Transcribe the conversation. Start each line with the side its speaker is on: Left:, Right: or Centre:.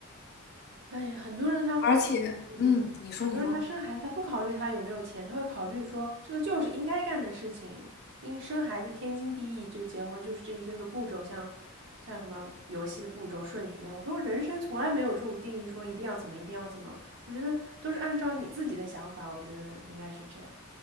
Right: 哎呀，很多人他，
Left: 而且，
Right: 嗯，
Left: 嗯，你说，
Right: 很多人他生孩子，
Left: 你说。
Right: 他不考虑他有没有钱，他会考虑说这个就是应该干的事情，因生孩子天经地义，就结婚就是这一个个步骤，像像什么游戏的步骤顺序一样。我说我人生从来没有这种定义，说一定要怎么一定要怎么，我觉得都是按照你自己的想法，我觉得应该是这样。